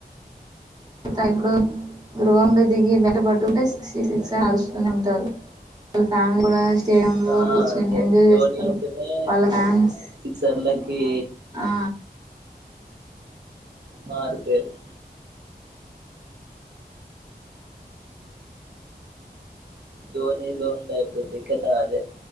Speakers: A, on the right; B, on the right.
A: <unintelligible> గ్రౌండ్ లో దిగి బాట్ పట్టుకుంటే సిక్స్ ఈ సిక్స్ అరుస్తూనే ఉంటారు వాళ్ళ ఫ్యామిలీ కూడా స్టేడియ లో
B: ఆ
A: కూర్చుకొని
B: ధో
A: ఎంజాయ్
B: ధోని
A: చేస్తారు
B: అంటేనే
A: వాళ్ళ ఫ్యాన్స్
B: సిక్సర్లకి
A: ఆ
B: మారు పేరు ధోనిలో ఉండే ప్రతేకత అదే